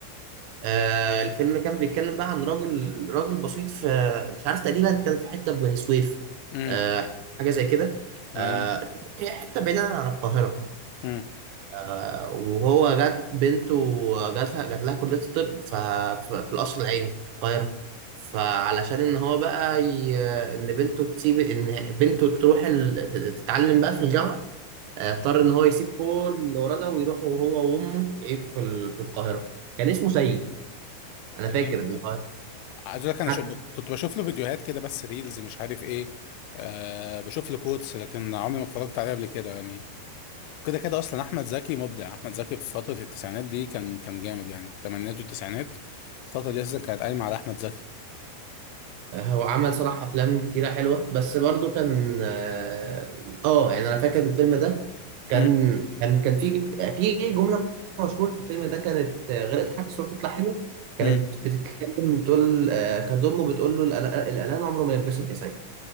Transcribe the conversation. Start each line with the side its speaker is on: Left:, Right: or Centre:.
Right: آه الفيلم كان بيتكلم بقى عن راجل راجل بسيط في مش عارف تقريبا كان في حته في بني سويف
Left: امم
Right: آه حاجه زي كده
Left: تمام
Right: آه هي حته بعيده عن القاهره
Left: امم
Right: آه وهو جات بنته جات لها جات لها كليه الطب ف- ف- في القصر العيني في القاهره فعلشان ان هو بقى ي... ان بنته تسيب ان بنته تروح ال... تت- تتعلم بقى في الجامعه آه، اضطر ان هو يسيب كل اللي وراه ده ويروح هو وامه يعيشوا في ال- في القاهره كان اسمه سيد
Left: ده
Right: انا فاكر
Left: جامد
Right: ان
Left: ده
Right: هو
Left: عايز اقول لك
Right: حتى
Left: انا شو كنت بشوف له فيديوهات كده بس ريلز مش عارف ايه آه بشوف له كوتس لكن عمري ما اتفرجت عليه قبل كده يعني كده كده اصلا احمد زكي مبدع احمد زكي في فتره التسعينات دي كان كان جامد يعني الثمانينات والتسعينات الفتره دي اساسا كانت قايمه على احمد زكي
Right: هو عمل صراحة أفلام كتيرة حلوة بس برضو كان آه آه، يعني أنا فاكر الفيلم ده كان
Left: امم
Right: كان كان في في جملة مشهورة في الفيلم ده كانت آه، غير اضحك الصورة تطلع حلوة كانت
Left: امم
Right: بتتكلم بتقول آه، كانت أمه بتقول له القلق- القلقان عمره ما يتبسط يا سيد